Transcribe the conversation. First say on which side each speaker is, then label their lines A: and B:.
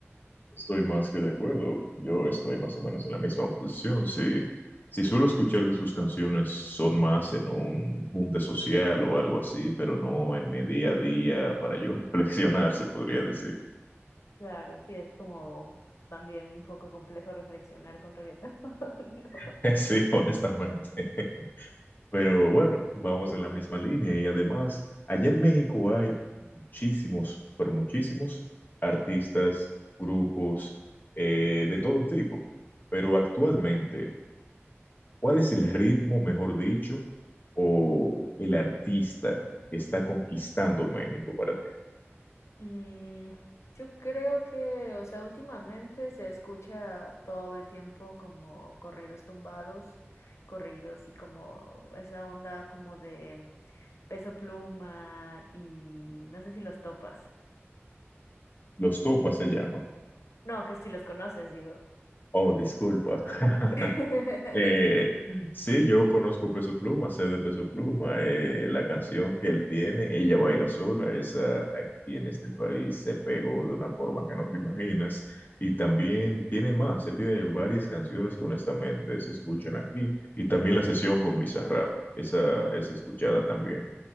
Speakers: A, on the left (about 40°); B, on the left (about 85°).
A: Estoy más que de acuerdo. Yo estoy más o menos en la misma posición. Si, si suelo escuchar de sus canciones, son más en un junte social o algo así, pero no en mi día a día para yo <laughs> reflexionar, se podría decir.
B: Claro, sí, es como también un poco complejo reflexionar con reggaetón, <laughs> ¿no?
A: <laughs> Sí, honestamente. Pero bueno, vamos en la misma línea. Y además, allá en México hay muchísimos, pero muchísimos artistas, grupos, eh, de todo tipo. Pero actualmente... ¿Cuál es el ritmo, mejor dicho, o el artista que está conquistando México para ti?
B: Mm, yo creo que, o sea, últimamente se escucha todo el tiempo como corridos tumbados, corridos y como esa onda como de Peso Pluma y no sé si los topas.
A: Los Topas se llama.
B: No, que si los conoces, digo.
A: Oh, disculpa. <laughs>
B: <laughs>
A: Eh,
B: Sí.
A: sí, yo conozco Peso Pluma, sé de Peso Pluma. eh, la canción que él tiene, Ella Baila Sola, esa aquí en este país se pegó de una forma que no te imaginas. Y también tiene más, él tiene varias canciones que honestamente se escuchan aquí. Y también la sesión con Bizarrap, esa es escuchada también.